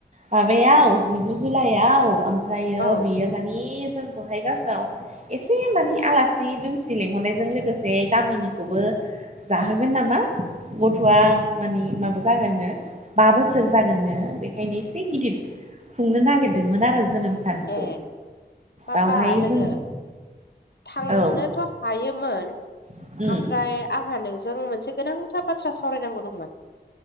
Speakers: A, on the right (about 40°); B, on the left (about 65°).
A: माबायाव
B: उम
A: जिगु जुलाइआव ओमफ्रायो
B: औ
A: बेयो मानि जोंखौहाय गावसोरनाव एसे मानि इलासि दुमसि लेंहरनाय जों लोगोसे गामिनिखौबो जाहोगोन नामा गथ'आ मानि माबा जागोननो। बा बोसोर जागोननो बेखायनो एसे गिदिर खुंनो नागिरदोंमोन आरो जोनोम सानखौ
B: ए माबा
A: बावहाय
B: लोगो
A: जों
B: थांनोथ'
A: औ
B: हायोमोन
A: उम
B: ओमफ्राय आंहा नोंजों मोनसे गोनांथार बाथ्रा सावरायनांगौ दंमोन।